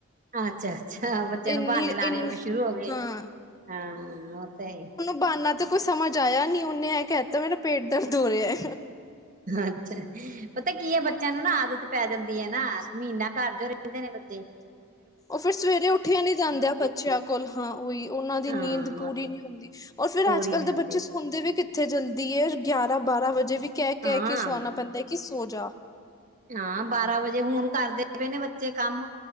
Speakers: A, on the right; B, on the left.
A: ਅੱਛਾ-ਅੱਛਾ ਬੱਚਿਆਂ
B: ਇੰਨੀ
A: ਨੂੰ ਬਾਨੇ
B: ਇੰਨੀ
A: ਲਾਣੇ ਸ਼ੁਰੂ ਹੋ ਗਏ
B: ਹਾਂ
A: ਹਾਂ ਓ ਤੇ ਹੈ ਈ।
B: ਬਾਨਾ ਤਾਂ ਕੋਈ ਸਮਝ ਆਇਆ ਨੀ ਉਨੇ ਐ ਕੈ ਤਾਂ ਮੇਰਾ ਪੇਟ ਦਰਦ ਹੋ ਰਿਆ।
A: ਅੱਛਾ ਪਤਾ ਕੀ ਐ ਬੱਚਿਆਂ ਨੂੰ ਨਾ ਆਦਤ ਪੈ ਜਾਂਦੀ ਐ ਨਾ ਮ੍ਹੀਨਾ ਘਰ ਜੋ ਰੈਂਦੇ ਨੇ ਬੱਚ ਦੇ
B: ਓ ਫਿਰ ਸਵੇਰੇ ਉੱਠਿਆ ਨੀ ਜਾਂਦਾ ਬੱਚਿਆਂ ਕੋਲ ਹਾਂ ਓਈ ਉਨਾਂ ਦੀ
A: ਹਾਂ
B: ਨੀਂਦ ਪੂਰੀ ਨੀ ਹੁੰਦੀ। ਓ ਫਿਰ
A: ਪੂਰੀ
B: ਅੱਜ-ਕੱਲ
A: ਨੀ
B: ਦੇ
A: ਹੁੰਦੀ
B: ਬੱਚੇ ਸ ਹੁੰਦੇ ਵੀ ਕਿੱਥੇ ਜਲਦੀ ਐ ਗਿਆਰਾਂ-ਬਾਰਾਂ ਵਜੇ ਵੀ ਕੈ-ਕੈ
A: ਹਾਂ
B: ਕੇ ਸੋ ਆਣਾ ਪੈਂਦਾ ਕਿ ਸੋ ਜਾ।
A: ਹਾਂ ਬਾਰਾਂ ਵਜੇ ਹੁਣ ਕਰਦੇ ਪਏ ਨੇ ਬੱਚੇ ਕੰਮ